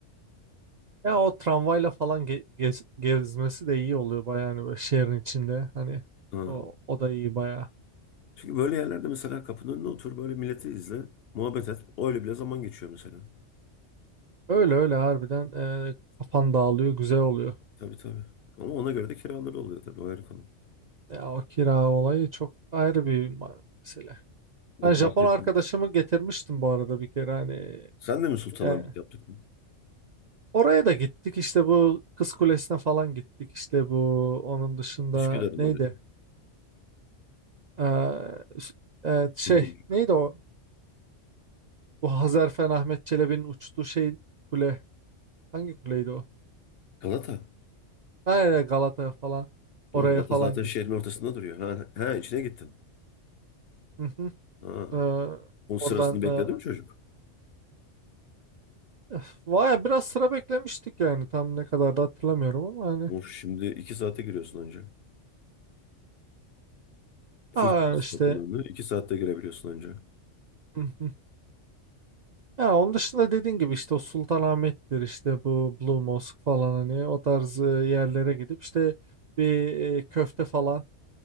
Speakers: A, on the right (about 60°); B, on the left (about 60°).
A: Ya o tramvayla falan ge- gez- gezmesi de iyi oluyor baya hani böyle şehrin içinde hani
B: Ha.
A: o, o da iyi baya.
B: Çünkü böyle yerlerde mesela kapının önüne otur. Böyle milleti izle. Muhabbet et. Öyle bile zaman geçiyor mesela.
A: Öyle öyle harbiden e, kafan dağılıyor güzel oluyor.
B: Tabii tabii. Ama ona göre de kiraları oluyor tabii. O ayrı konu.
A: Ya o kira olayı çok ayrı bir ma- mesele.
B: Bu
A: Ben Japon
B: bahsettiğimiz.
A: arkadaşımı getirmiştim bu arada bir kere hani
B: Sen de mi Sultanahmet
A: e,
B: yaptırdın?
A: oraya da gittik işte bu Kız Kulesi'ne falan gittik işte bu onun dışında
B: Üsküdar'ın
A: neydi?
B: oraya.
A: E, s- e, şey
B: Kızgın.
A: neydi o? Bu Hazarfen Ahmet Çelebi'nin uçtuğu şey kule hangi kuleydi o?
B: Galata.
A: Aynen Galata'ya falan. Oraya
B: Oğlum Galata
A: falan
B: zaten
A: git.
B: şehrin ortasında duruyor. Ha, ha içine gittin.
A: Hı hı.
B: Ha.
A: Ee,
B: Onun sırasını
A: oradan
B: bekledi
A: e,
B: mi çocuk?
A: öf, vay biraz sıra beklemiştik yani. Tam ne kadar da hatırlamıyorum ama hani.
B: Of şimdi iki saate giriyorsun önce.
A: Aa
B: Full servis
A: işte.
B: Tapınağı'na. iki saatte girebiliyorsun önce.
A: Hı hı. Ya onun dışında dediğin gibi işte o Sultanahmet'tir işte bu Blue Mosque falan hani o tarz e, yerlere gidip işte bir e, köfte falan